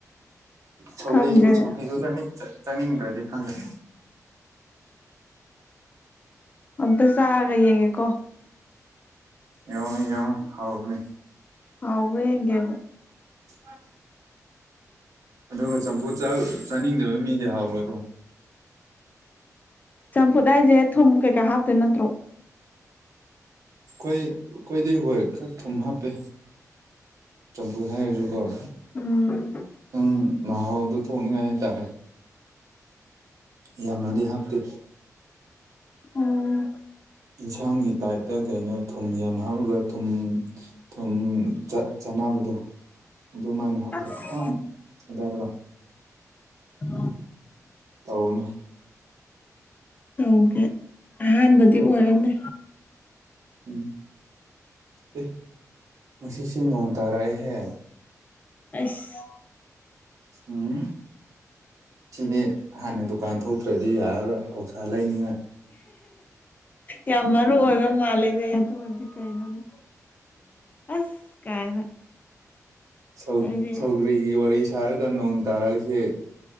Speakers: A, on the right; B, on the left.
A: ꯁꯧꯔꯤ
B: ꯈꯪꯗꯦꯅꯦ
A: ꯁꯧ꯭ꯔꯤꯗꯨ ꯆꯥꯅꯤꯡꯗ꯭ꯔꯗꯤ ꯈꯪꯗ꯭ꯔꯦ
B: ꯑꯗꯁꯥꯔ ꯂꯒꯦꯀꯣ
A: ꯑꯦ ꯑꯉ ꯍꯥꯎꯅꯦ
B: ꯑꯋꯦ ꯌꯦꯦ
A: ꯑ ꯑꯗꯨꯒ ꯆꯝꯐꯨꯠ ꯆꯥꯅꯤꯡꯗꯕ ꯃꯤꯗꯤ ꯍꯥꯎꯔꯣꯏꯀꯣ
B: ꯆꯝꯐꯨꯠ ꯍꯥꯏꯁꯦ ꯊꯨꯝ ꯀꯩꯀꯥ ꯍꯥꯞꯇꯦ ꯅꯠꯇ꯭ꯔꯣ
A: ꯑꯩꯈꯣꯏ ꯑꯩꯈꯣꯏꯗꯤ ꯍꯣꯏ ꯈꯔ ꯊꯨꯝ ꯍꯥꯞꯄꯦ ꯆꯝꯐꯨ ꯍꯥꯏꯔꯁꯨ ꯍꯣꯏ
B: ꯎꯝ
A: ꯅꯪ ꯃꯍꯥꯎ ꯑꯗꯨꯣ ꯊꯣꯛꯅꯤꯡꯉꯥꯏ ꯍꯥꯏꯇꯥꯔꯦ ꯌꯥꯝꯅꯗꯤ ꯍꯥꯞꯇꯦ
B: ꯑꯣ
A: ꯌꯦꯟꯁꯥꯡꯒꯤ ꯇꯥꯏꯞꯇ ꯀꯩꯅꯣ ꯊꯨꯝ ꯌꯥꯝ ꯍꯥꯞꯔꯒ ꯊꯨꯝ ꯊꯨꯝ ꯆꯠ ꯆꯥꯅꯕꯗꯣ ꯑꯗꯨꯃꯥꯏꯅ ꯍꯥꯇ꯭ꯔꯦ
B: ꯑꯁ
A: ꯈꯤꯇꯪ ꯑꯏꯗ
B: ꯍꯜꯂꯣ
A: ꯇꯧꯅ
B: ꯇꯧꯒꯦ ꯑꯍꯥꯟꯕꯗꯤ ꯑꯣꯏꯔꯝꯃꯦ
A: ꯎꯝ ꯑꯦ ꯉꯁꯤꯁꯦ ꯅꯣꯡ ꯇꯥꯔꯛꯑꯦꯍꯦ
B: ꯑꯁ
A: ꯎꯝ ꯁꯤꯗꯤ ꯍꯥꯟꯅ ꯗꯨꯀꯥꯟ ꯊꯣꯛꯇ꯭ꯔꯗꯤ ꯌꯥꯔꯔꫭꯏ ꯑꯧꯁꯥ ꯂꯩꯅꯤꯉꯥꯏ
B: ꯌꯥꯝ ꯃꯔꯨ ꯑꯣꯏꯕ ꯃꯥꯜꯂꯤꯦꯅꯦ ꯑꯗꯨꯒꯗꯤ ꯀꯩꯅꯣꯅꯦ ꯑꯁ ꯀꯥꯏꯅ
A: ꯁꯧ
B: ꯑꯩꯗꯤ
A: ꯁꯧꯒ꯭ꯔꯤꯒꯤ ꯋꯥꯔꯤꯁ ꯅꯨꯡꯁꯥ ꯁꯥꯔꯒ ꯅꯣꯡ ꯇꯥꯔꯛꯏꯁꯦ